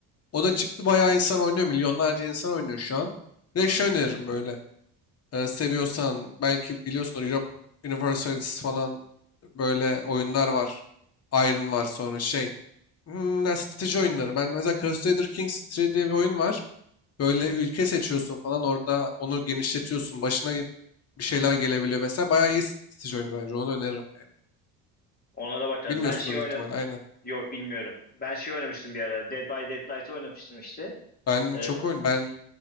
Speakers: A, on the left; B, on the left.
A: O da çıktı bayağı insan oynuyor. Milyonlarca insan oynuyor şu an. Ve şey öneririm böyle. e, seviyorsan belki biliyorsunuz Europe Universalis falan böyle oyunlar var. Iron var sonra şey. Hmm, ya strateji oyunları. Ben mesela Crusader Kings 3 diye bir oyun var. Böyle
B: hı hı.
A: ülke seçiyorsun falan orada onu genişletiyorsun. Başına ge- bir şeyler gelebiliyor vesaire. Bayağı iyi strateji oyunu bence. Onu da öneririm yani.
B: Ona da bakarım.
A: Bilmiyorsundur
B: Ben şey
A: büyük
B: oyna...
A: ihtimalle aynen.
B: Yok bilmiyorum. Ben şey oynamıştım bir ara. Dead by Daylight oynamıştım işte.
A: Ben
B: Ee,
A: çok oyun. Ben